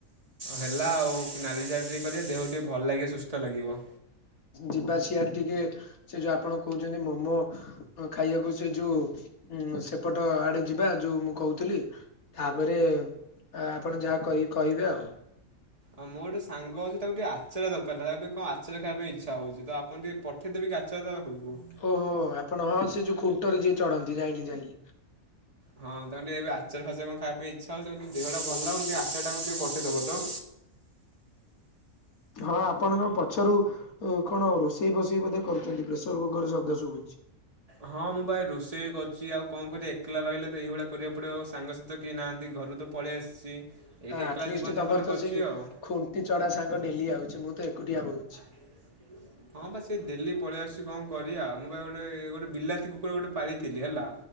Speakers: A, on the right (about 25°); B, on the left (about 85°).
A: ହେଲା ଆଉ ନାଲି ଚା ଟିକେ କରିବେ ଦେହ ଟିକେ ଭଲ ଲାଗିବ ସୁସ୍ଥ ଲାଗିବ।
B: ଯିବା ସିଆଡ ଟିକେ ସେ ଯୋଉ ଆପଣ କହୁଛନ୍ତି ମୋମୋ ଖାଇବାକୁ ସେ ଯୋଉ ଉଁ ସେପଟ ଆଡେ ଯିବା ଯୋଉ ମୁଁ କହୁଥିଲି। ତାପରେ ଆପଣ ଯାହା କହିକି କହିବେ ଆଉ।
A: ଆଉ ମୋର ଗୋଟେ ସାଙ୍ଗ ଅଛି ତାକୁ ଟିକେ ଆଚାର ଦରକାର ଥିଲା, ତାକୁ ବି କଣ ଆଚାରା ଖାଇବା ପାଇଁ ଇଚ୍ଛା ହଉଛି ତ ଆ ପଣ ଟିକେ ପଠେଇଦେବେ କି ଆଚାର ତା ପାଖକୁ?
B: ଓହୋ ଆପଣ ହଁ ସେ ଯୋଉ ଖୁଣ୍ଟରେ ଯିଏ ଚଢନ୍ତି ଯାଇଁଲି ଯାଇଁଲି।
A: ହଁ ତାଙ୍କୁ ଟିକେ ଏବେ ଆଚାର ଫାଚର କଣ ଖଇବା ପାଇଁ ଇଚ୍ଛା ହଉଚି, ତାଙ୍କ ଦେହଟା ଭଲ ଲାଗୁନି, ଆଚାର ଟା ତାଙ୍କୁ ଟିକେ ପଠେଇ ଦେବ ତ।
B: ହଁ ଆପଣ କଣ ପଛରୁ କଣ ରୋଷେଇ ଫୋଷେଇ ବୋଧେ କରୁଛନ୍ତି, ପ୍ରେସର କୁକର ଶବ୍ଦ ଶୁଭୁଚି।
A: ହଁ ମୁଁ ଭାଇ ରୋଷେଇ ବି କରୁଛି ଆଉ କଣ କରିବି, ଏକଲା ରହିଲେ ତ ଏଇଭଳିଆ କରିବାକୁ ପଡିବ, ଆଉ ସାଙ୍ଗସାଥି କେହି ନାହାନ୍ତି ଘରୁ ତ ପଳେଇ ଆସିଛି। ଏଇଠି
B: ଆଟଲିଷ୍ଟ
A: ଏକଲା ଜୀବନଯାପନ
B: ତମର
A: କରୁଛି
B: ତ ସେଇ
A: ଆଉ।
B: ଖୁଣ୍ଟି ଚଡା ସାଙ୍ଗ ଡେଲି ଆଉଛି ମୁଁ ତ ଏକୁଟିଆ ବହୁ
A: ହ ହଁ ବା ସେ ଡେଲି ପଳେଇଆଶୁଛି, କଣ କରିବା, ମୁଁ ବା ଗୋଟେ ଗୋଟେ ବିଲାତି କୁକୁର ଗୋଟେ ପାଳିଥିଲି ହେଲା।